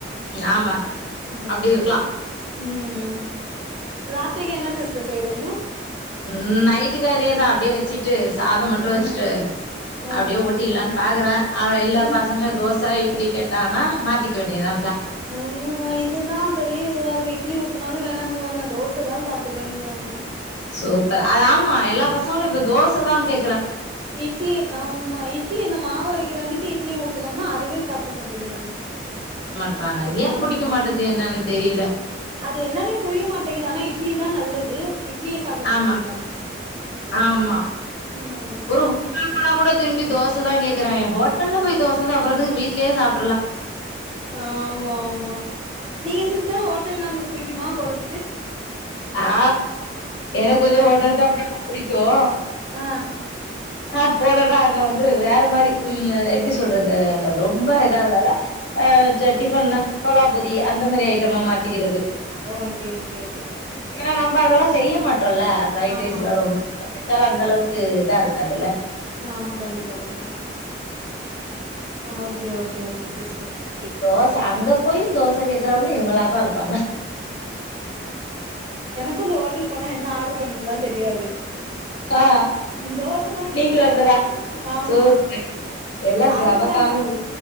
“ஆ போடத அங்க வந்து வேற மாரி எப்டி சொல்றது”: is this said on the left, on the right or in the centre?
Left